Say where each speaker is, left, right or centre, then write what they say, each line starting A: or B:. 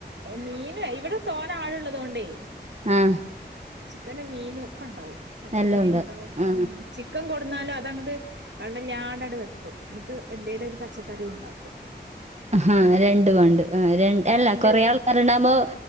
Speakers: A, on the right; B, on the right.
A: മീന് ഇവിടെ തോനെ ആള് ഉള്ളത് കൊണ്ടേ
B: ആഹ്
A: ചിക്കനും മീനും ഒക്കെ ഉണ്ടാവും പച്ചക്കറിയും
B: എല്ലാം ഉണ്ട്
A: ഉണ്ടാവും
B: ആ
A: ഉം ചിക്കൻ കൊടുന്നാലും അതങ്ങട്ട് വെള്ളല്ലാണ്ട് വെക്കും എന്നിട്ട് എന്തേലും ഒരു പച്ചക്കറി ഉണ്ടാക്കും
B: ഹാ രണ്ടും പണ്ട് ര അല്ല
A: രണ്ട്
B: കൊറ ആള്കാര് ഉണ്ടാകുബോ